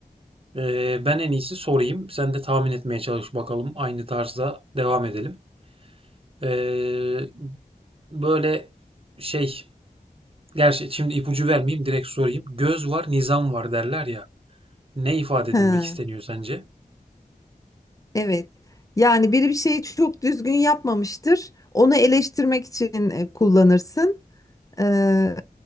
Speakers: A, on the right; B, on the left.
A: eee, ben en iyisi sorayım. Sen de tahmin etmeye çalış bakalım. Aynı tarzda devam edelim. Eee, böyle şey, gerçi şimdi ipucu vermeyeyim, direkt sorayım. Göz var, nizam var derler ya. Ne ifade edilmek
B: Ha,
A: isteniyor sence?
B: evet. Yani biri bir şeyi çok düzgün yapmamıştır. Onu eleştirmek için e, kullanırsın. Ee,